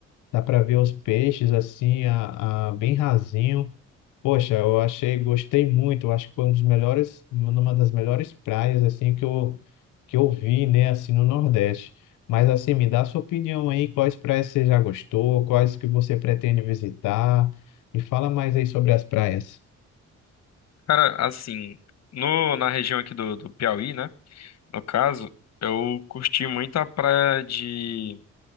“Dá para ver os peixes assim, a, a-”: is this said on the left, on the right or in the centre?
Left